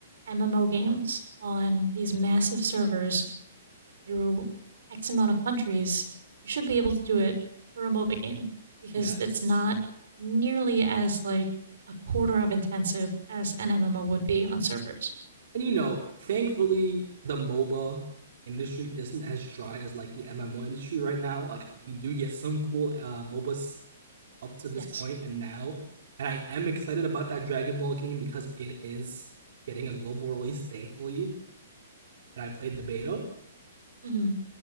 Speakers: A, on the right; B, on the right.
A: MMO games on these massive servers through X amount of countries, you should be able to do it for a MOBA game because
B: <laughs> yes,
A: it's not nearly as like a quarter of intensive as an MMO would be on servers.
B: and you know, thankfully the MOBA industry isn't as dry as like the MMO industry right now. Like we do get some cool uh, MOBAs up to this
A: Yes.
B: point and now, and I am excited about that Dragon Ball game because it is getting a global release. Thankfully, and I played the beta.
A: hmm